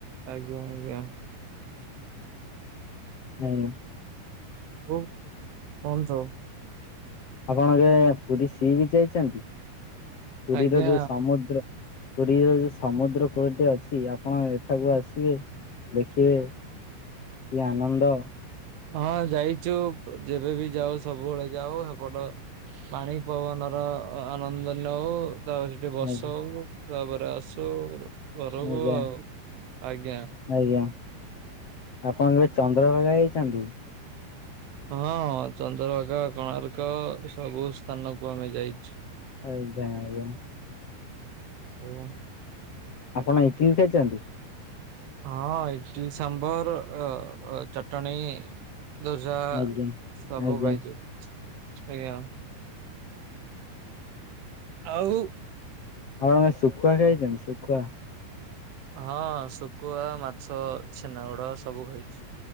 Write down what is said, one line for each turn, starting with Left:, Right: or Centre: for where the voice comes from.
Right: ଆଜ୍ଞା ଆଜ୍ଞା।
Left: ହୁଁ।
Right: ହଉ କୁହନ୍ତୁ।
Left: ଆପଣ କେବେ ପୁରୀ ସି ବିଚ୍ ଯାଇଚନ୍ତି ପୁରୀର
Right: ଆଜ୍ଞା।
Left: ଯୋଉ ସମୁଦ୍ର ପୁରୀଅ ଯଉ ସମୁଦ୍ର କୂଳଟି ଅଛି ଆପଣ ଏଠାକୁ ଆସିବେ ଦେଖିବେ କି ଆନନ୍ଦ।
Right: ହଁ ଯାଇଚୁ ଯେବେ ବି ଯାଉ ସବୁବେଳେ ଯାଉ ହେପଟ ପାଣି ପବନର ଆନନ୍ଦ ନଉ। ତାପରେ ସେଠି
Left: ଆଜ୍ଞା
Right: ବସଉ ତାପରେ ଆସୁ ଘରକୁୁ
Left: ଆଜ୍ଞା
Right: ଆଉ ଆଜ୍ଞା।
Left: ଆଜ୍ଞା ଆପଣ କେବେ ଚନ୍ଦ୍ରଭାଗା ଯାଇଚନ୍ତି?
Right: ହଁ ଚନ୍ଦ୍ରଭାଗା କୋଣାର୍କ ସବୁ ସ୍ଥାନକୁ ଆମେ ଯାଇଚୁ।
Left: ଆଜ୍ଞା ଆଜ୍ଞା।
Right: ଆଜ୍ଞା।
Left: ଆପଣ ଇଟିଲି ଖାଇଚନ୍ତି।
Right: ହଁ ଇଟଲି ସାମ୍ବର୍ ଅ ଅ ଚଟଣି ଦୋସା
Left: ଆଜ୍ଞା
Right: ସବୁ
Left: ଆଜ୍ଞା
Right: ଖାଇଚୁ ଆଜ୍ଞା। ଆଉ
Left: ଆପଣ ଆ ଶୁଖୁଆ ଖାଇଚନ୍ତି ଶୁଖୁଆ
Right: ହଁ ଶୁକୁଆ ମାଛ ଛେନାଗଡ ସବୁ ଖାଇଚି।